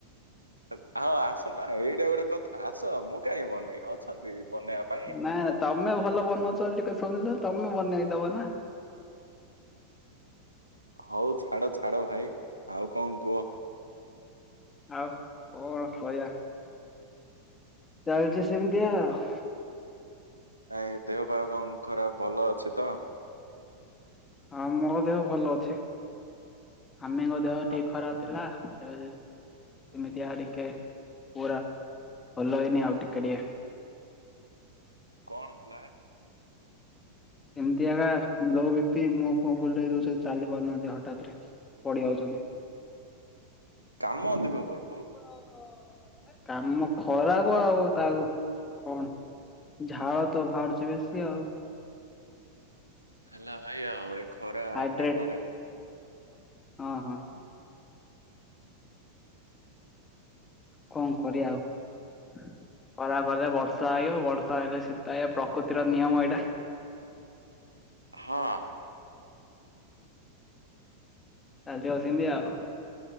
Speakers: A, on the right; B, on the left.
A: ହଁ ଆସନ୍ତୁ ଆଁ ଏଇଟା ଗୋଟେ କଥା ଆସ ମୁଁ କାହିଁ ବନେଇ ଅଛନ୍ତି। ବନେଇବା ପାଇଁ
B: ନାଇଁ ନାଇଁ ତମେ ଭଲ ବନଉଚ ବୋଲି ପା ଶୁଣିଲୁ। ତମେ ବନେଇ ଦବ ନା‌
A: ହଉ ଛାଡ ଛାଡ ଭାଇ ଆଉ କଣ କୁହ?
B: ଆଉ କଣ କହିବା? ଚାଲିଚ ସେମିତି ଆଉ।
A: ନାଇଁ ଦେହପା କନ୍ ଖରାପ ଭଲ ଅଛି ତ।
B: ହଁ ମୋ ଦେହ ଭଲ ଅଛି। ମମିଙ୍କ ଦେହ
A: ଆ-
B: ଟିକେ ଖରାପ ଥିଲା। ଏଏ ସେମିତି ଆଡିକେ ପୁରା ଭଲ ହେଇନି ଆଉ ଟିକେ ଟିକେ
A: କଣ ହେଲା?
B: ଏମିତି ଆଗା ଲୋ ବିପି ମୁଁହ ଫୁଅ ବୁଲେଇଦୋଉଛନ୍ତି ଚାଲି ପାରୁନାହାନ୍ତି ହଠାତରେ ପଡି ଯାଉଛନ୍ତି।
A: କାମ ଅଧିକ କର
B: ଓହୋ କାମ ଖରାକୁ ଆଉ ତାକୁ କଣ ଝାଳ ତ ବାହାରୁଛି ବେଶୀ ଆଉ।
A: ହେଲା ଭାଇ ଆଉ ଏକ ଖରା
B: ହାଇଡ୍ରେଟ
A: ପାଗଡ଼ାକୁ
B: ହଁ ହଁ। କଣ କରିବା ଆଉ ଖରା ବଲେ ବର୍ଷା ଆଇିବ ବର୍ଷା ଆଇଲେ ଶୀତ ଆଇବ ପ୍ରକୃତିର ନିୟମ ଏଇଟା‌।
A: ହଁ।
B: ଚାଲି ଅସିନ୍ତି ଆଉ।